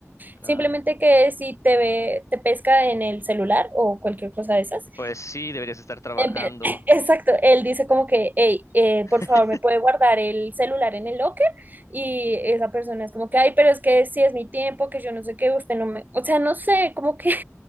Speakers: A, on the left; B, on the right.
A: Claro.
B: Simplemente que si te ve, te pesca en el celular o cualquier cosa de esas.
A: Pues sí, deberías estar trabajando.
B: en vez- <laughs> Exacto, él dice como que, hey, eh,
A: <laughs>
B: por favor, me puede guardar el celular en el locker. Y esa persona es como que, ay, pero es que si es mi tiempo, que yo no sé qué, usted no me, o sea, no sé, como que